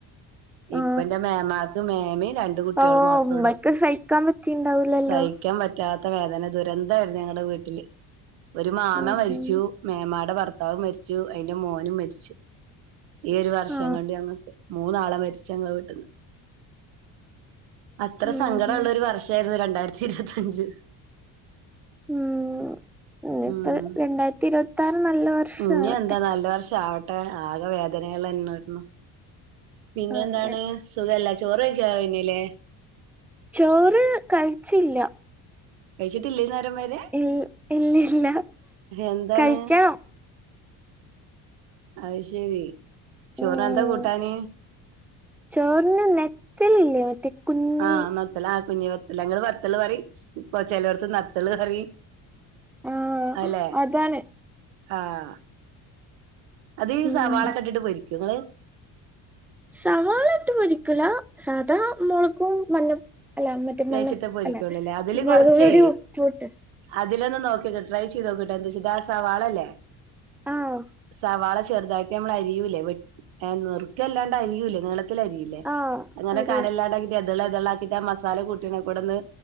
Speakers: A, in the centre; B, on the right (about 85°).
A: ആ
B: ഇപ്പ എന്റെ മേമാക്ക് മേമയും രണ്ട് കുട്ടികളും
A: ഓ
B: മാത്രേ
A: ഉമ്മക്ക്
B: ഉള്ളൂ
A: സഹിക്കാൻ പറ്റിണ്ടാവൂലല്ലോ
B: സൈ യിക്കാൻ പറ്റാത്ത വേദന ദുരന്തയിരുന്നു ഞങ്ങള വീട്ടില് ഒരു മാമ
A: ഉം
B: മരിച്ചു
A: ഉം.
B: മേമാടെ ഭർ ഭത്താവ് മരിച്ചു അയിന്റെ മോനും മരിച്ചു ഈ ഒരു വർഷം
A: ആ
B: കൊണ്ട് ഞങ്ങക്ക് മൂന്നാള മരിച്ച ഞങ്ങ വീട്ടിന്ന് അത്ര
A: ഉം
B: സങ്കടള്ള
A: ഉം
B: ഒരു വർഷ തെത് രണ്ടായിരത്തി ഇരുപത്തഞ്ച്
A: ഉമ് ഇനിഇപ്പ
B: ഉം
A: രണ്ടായിരത്തി ഇരുപത്തി ആറ് നല്ല വർഷ
B: ഇനി
A: ആവട്ടെ
B: എന്താ നല്ല വർഷവട്ടെ ആകെ വേദനകൾ തന്നെ ആയിരുന്നു പിന്നെ
A: അതെ
B: എന്താണ് സുഖല്ല ചോറൊക്ക <unintelligible> ല്ലേ
A: ചോറ് കഴിച്ചില്ല.
B: കഴിച്ചിട്ടില്ലേ ഈ നേരം വരെ
A: ഇൽ- ഇല്ലില്ല
B: എന്താണ്
A: കഴിക്കണം
B: അയ് ശരി ചോറ
A: ഉം
B: എന്താ കൂട്ടാന്
A: ചോറിന് നെത്തലില്ലേ മറ്റേ കുഞ്ഞി
B: ആഹ് നത്തല ആ കുഞ്ഞ വത്തല് അങ്ങള് വത്തല് പറയ് ഇപ്പൊ ചിലടത്ത് നത്തല് പറയ്
A: ആ
B: അയില്ലെ
A: അതാണ്
B: ആഹ് അത് ഈ
A: ഉം
B: സവാളൊക്കെട്ടിട്ട് പൊരിക്കുംങ്ങള്
A: സവാള ഇട്ട് പൊരിക്കുല സാദാ മൊളകും മഞ്ഞ അല്ല മറ്റേ
B: തേച്ചിട്ട്
A: മഞ്ഞ
B: പൊരിക്കുള്ളൂല്ലേ
A: അല്ല
B: അതില്
A: മുളക്
B: കൊറച്ചേ
A: പൊടി ഉപ്പൂട്ട്
B: അതിലൊന്ന് നോക്കി ട്രൈ ചെയ്ത് നോക്കൂട്ടോ എന്തൂട്ടിച്ച ആഹ് സവാളല്ലേ
A: ആഹ്
B: സവാള ചെറുതാ ഞമ്മളഅരിയൂലേ വെട്ട് നെറുക്കല്ലാണ്ട് അരിയൂലേ നീളത്തിൽ അരി ലെ
A: ആഹ്
B: അങ്ങനെ
A: അറിയാം
B: കനല്ലാടാക്കിട്ട് ഇതള ഇതെളാക്കിട്ട് ആഹ്മസാല കൂട്ടീണ കൂടെന്ന്